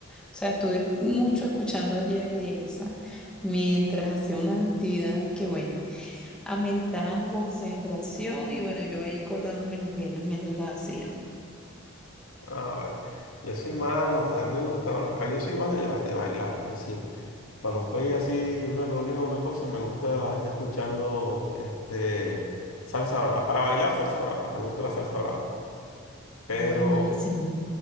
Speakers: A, in the centre; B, on the left.
A: sea, estuve mucho escuchando ayer de esa, mientras hacía unas actividades que, bueno, ameritaban concentración y, bueno, yo ahí cortándome las venas mientras las hacía.
B: No, bueno. Yo soy más, a mí me gusta, lo- a mí yo soy más de, ba- de bailar, es decir, cuando estoy así en una reunión o una cosa, me gusta estar escuchando este, salsa brava. Para bailar, salsa brava, me gusta la salsa brava. Pero
A: Ah, bueno, buenísimo.